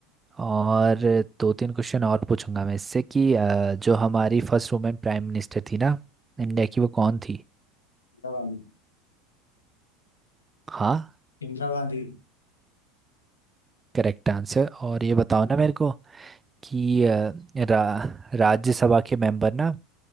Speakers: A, on the right; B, on the left.
A: और दो तीन क्वेश्चन और पूछूंगा मैं इससे कि अ, जो हमारी फर्स्ट वुमेन प्राइम मिनिस्टर थी ना इंडिया की वो कौन थी
B: Gandhi
A: हाँ
B: Indira Gandhi
A: करेक्ट आंसर और ये बताओ ना मेरे को कि अ, रा, राज्यसभा के मेंबर ना